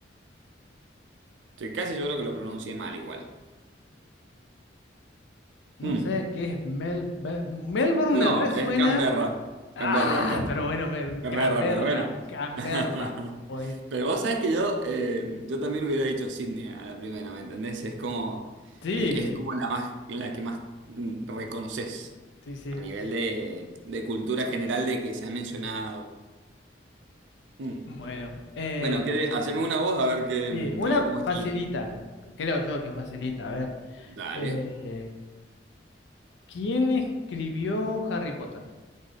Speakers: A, on the right; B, on the left.
A: Estoy casi seguro que lo pronuncié mal igual.
B: No
A: Mm.
B: sé qué es Mel... Mel- Melbourne
A: No,
B: me resuena.
A: es Canberra.
B: Ah,
A: Canberra, Canberra.
B: pero bueno, me-
A: Es
B: Canberra,
A: verdad, pero bueno.
B: Canberra.
A: <laughs>
B: Pues
A: Pero vos sabés que yo, eh, yo también hubiera dicho Sydney a la primera, ¿me entendés? Es como,
B: sí,
A: eh, es como la más, la que más mm, reconoces
B: sí, sí.
A: a nivel de, de cultura general de que se ha mencionado. Mm.
B: Bueno, eh,
A: Bueno, ¿qué- haceme una voz a ver que,
B: sí,
A: mm,
B: una
A: a ver cómo estoy.
B: facilita, creo yo que facilita. A ver,
A: Dale.
B: eh, ¿quién escribió Harry Potter?